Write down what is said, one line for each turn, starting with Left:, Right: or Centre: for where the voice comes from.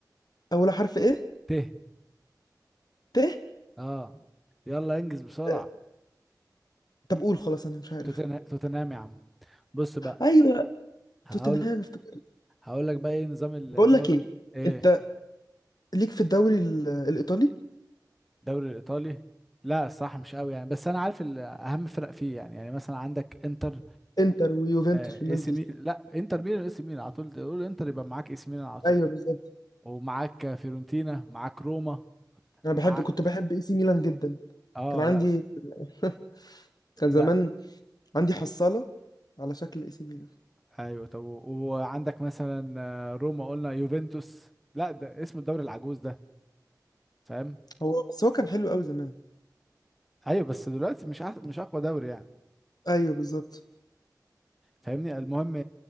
Left: أول حرف إيه؟
Centre: ت
Left: ت
Centre: اه يلا انجز بسرعة
Left: أه... طب قول خلاص أنا مش عارف
Centre: توتنه- توتنهام يا عم بص بقى
Left: أيوه
Centre: هقول
Left: توتنهام افتكرت
Centre: هقول لك بقى ايه نظام الدوري
Left: بقول لك إيه
Centre: ايه
Left: أنت ليك في الدوري ال... الإيطالي
Centre: الدوري الايطالي لا الصراحة مش قوي يعني بس انا عارف ال- اهم فرق فيه يعني يعني مثلا عندك انتر
Left: إنتر ويوفنتوس
Centre: آه،
Left: والناس
Centre: اي سي
Left: دي
Centre: ميلان لا انتر ميلان اي سي ميلان على طول تقول انتر يبقى معاك اي سي ميلان على طول
Left: أيوه بالظبط
Centre: ومعاك فيورنتينا معاك روما
Left: أنا
Centre: معاك
Left: بحب كنت بحب إي سي ميلان جدا
Centre: اه
Left: كان عندي
Centre: لا
Left: <laughs> كان زمان
Centre: لا
Left: عندي حصالة على شكل اي سي ميلان
Centre: ايوه طب و- وعندك مثلا آه، روما قلنا يوفنتوس لا ده اسم الدوري العجوز ده فاهم
Left: هو بس هو كان حلو قوي زمان
Centre: ايوه بس دلوقتي مش أح... مش اقوى دوري يعني
Left: ايوه بالظبط
Centre: فاهمني المهم